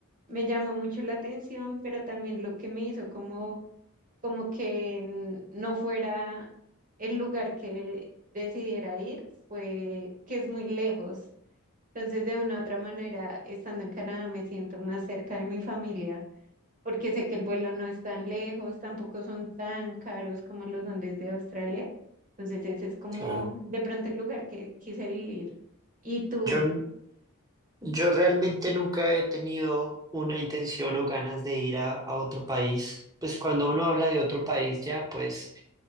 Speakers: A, on the right; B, on the right.
A: Me llamó mucho la atención, pero también lo que me hizo como como que n- no fuera el lugar que decidiera ir, fue que es muy lejos. Entonces, de una u otra manera, estando en Canadá, me siento más cerca de mi familia, porque sé que el vuelo no es tan lejos, tampoco son tan caros como los son desde Australia. Entonces, ese es como
B: Claro.
A: de pronto el lugar que quise vivir. Y tú,
B: Yo Yo realmente nunca he tenido una intención o ganas de ir a, a otro país. Pues cuando uno habla de otro país ya, pues